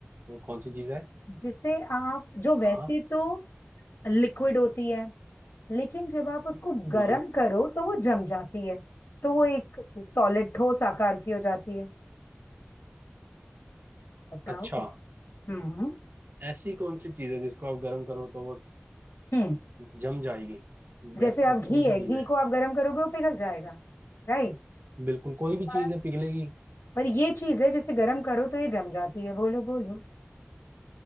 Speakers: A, on the right; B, on the left.
A: वो कौन सी चीज है
B: जिसे आप जो वैसे
A: हाँ
B: तो लिक्विड होती है लेकिन जब आप उसको
A: हम्म
B: गर्म करो तो वो जम जाती है तो वो एक सॉलिड ठोस आकार की हो जाती है बताओ
A: अच्छा
B: हम्म
A: ऐसी कौन सी चीज है जिसको आप गर्म करो तो वो
B: हम्म
A: जम जाएगी वैसे
B: जैसे आप
A: ऐसी
B: घी
A: कौन सी
B: है
A: चीज
B: घी
A: है
B: को आप गर्म करोगे वो पिघल जाएगा राइट
A: बिल्कुल कोई भी
B: पर
A: चीज है पिघलेगी
B: पर ये चीज है जिसे गर्म करो तो ये जम जाती है बोलो बोलो